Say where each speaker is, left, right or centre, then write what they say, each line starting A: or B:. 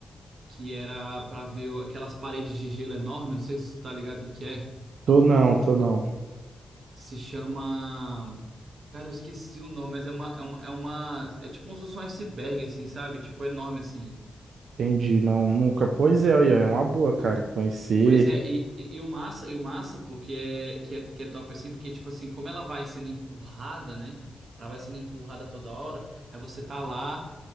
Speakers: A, on the right (about 60°); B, on the right (about 90°).
A: que era pra ver o- aquelas paredes de gelo enorme, não sei se tu tá ligado o que que é.
B: Tô não, tô não,
A: Se chama. Cara, eu esqueci o nome, mas é uma, é uma, é uma, é tipo como se fosse um iceberg, assim, sabe? Tipo, enorme, assim.
B: entendi, não, nunca, pois é, aí, ó, é uma boa, cara, conhecer,
A: Pois é, e, e e o massa, e o massa, pô, que é, que é, que é top assim, porque, tipo assim, como ela vai sendo empurrada, né? Ela vai sendo empurrada toda hora, aí você tá lá,